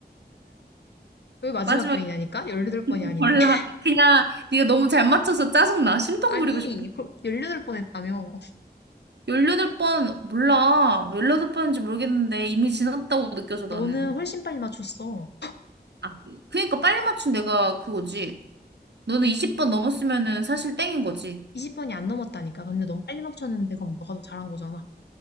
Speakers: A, on the left; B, on the right.
A: 왜 마지막
B: 마지막
A: 교인이냐니까?
B: 기회.
A: 18번이
B: <laughs>
A: 아닌데
B: 몰라.
A: <laughs>
B: 그냥 네가 너무 잘 맞춰서 짜증나. 심통
A: 아니
B: 부리고 싶어.
A: 열여 18번 했다며
B: 열여덟 번 몰라. 열여덟 번인지 모르겠는데 이미 지났다고 느껴져, 나는.
A: 너는 훨씬 빨리 맞췄어
B: 아, 그니까 빨리 맞춘 내가 그거지. 너는 이십 번 넘었으면은 사실 땡인 거지.
A: 20번이 안 넘었다니까 근데 너무 빨리 맞췄는데 그럼 너가 더 잘한 거잖아